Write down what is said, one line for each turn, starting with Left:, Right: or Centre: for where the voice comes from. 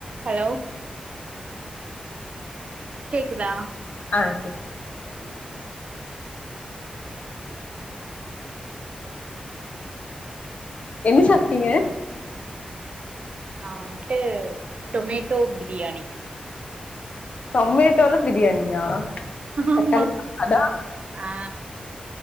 Right: hello கேக்குதா
Left: ஆ கேக்குது கேக்குது
Right: உம்
Left: என்ன சாப்பிட்டீங்க
Right: நா வந்துட்டு டொமேட்டோ பிரியாணி
Left: டொமேட்டோல பிரியாணியா
Right: ஆமா
Left: தக்காளி சாப்பாடா
Right: ஆ